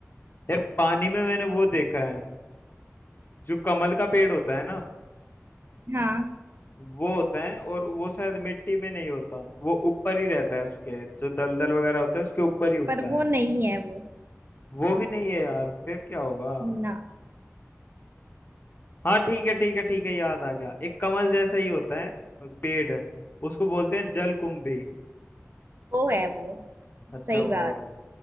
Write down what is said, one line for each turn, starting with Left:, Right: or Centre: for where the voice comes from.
Left: यार पानी में मैंने वो देखा है जो कमल का पेड़ होता है ना
Right: हाँ
Left: वो होता है और वो शायद मिट्टी में नहीं होता वो ऊपर ही रहता है उसके जो दलदल वगैरह होता है उसके ऊपर ही उगता
Right: पर वो
Left: है
Right: नहीं है वो
Left: वो भी नहीं है यार फिर क्या होगा
Right: ना
Left: हाँ ठीक है ठीक है ठीक है याद आ गया एक कमल जैसा ही होता है पेड़ उसको बोलते हैं जलकुंभी
Right: वो है वो
Left: अच्छा
Right: सही
Left: वो
Right: बात
Left: है।